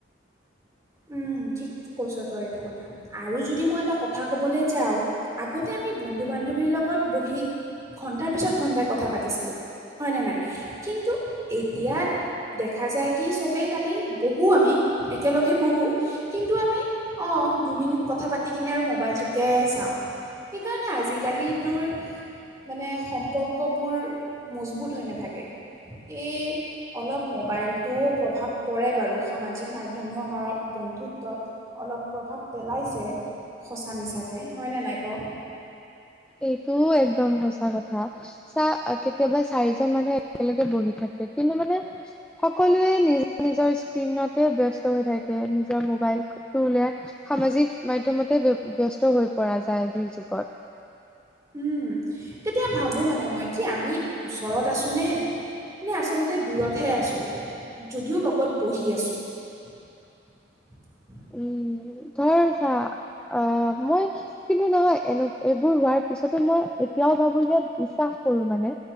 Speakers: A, on the right (about 20°); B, in the centre.
A: উম। ঠিক কৈছ তই এইটো কথা আৰু যদি মই এটা কথা কবলৈ যাও আগতে আমি বন্ধু বান ন্ধৱীৰ লগত বহি ঘন্টাৰ পিছত ঘন্টাই কথা পাতিছিলো। হয়নে নাই কিন্তু এতিয়া দেখা যায় কি চবেই খালি বহু আমি একেলগ গে বহোঁ কিন্তু আমি অ দুমিনিট কথা পাতি কিনে আৰু মোবাইলটোকে চাওঁ। সেইকাৰণে আজিকালি তোৰ। মানে সম্পৰ্কবোৰ মজবুত হৈ নাথাকে। এই অলপ মোবাইলটোও প্ৰভাৱ পৰে বাৰু সামাজিক মাধ্যম। মান আমাৰ বন্ধুত্ব অলপ প্ৰভাৱ পেলাইছে সঁচা মিছাকে হয়নে নাই? ক।
B: এইটোও একদম সঁচা কথা চা কেতিয়াবা চাৰিজন মানুহ একেলগে বহি থাক- কে কিন্তু মানে সকলোৱে নিজ নিজৰ স্ক্ৰীণতে ব্যস্ত হৈ থাকে নিজৰ মোবাইল। উলিয়াই সামাজিক মাধ্যমতে ব্যস্ত হৈ পৰা যায় আজিৰ যুগত।
A: উম তেতিয়া ভাবো মানে মই কি আমি ওচৰত আছো নে। নে আচলতে দূৰতহে আছোঁ যদিও লগত বহি আছোঁ। <unintelligible>
B: উম। ধৰ চা অ মই কিন্তু নহয় এনে এইবোৰ হোৱাৰ পিছতো মই। এতিয়াও ভাবো যে বিশ্বাস কৰো মানে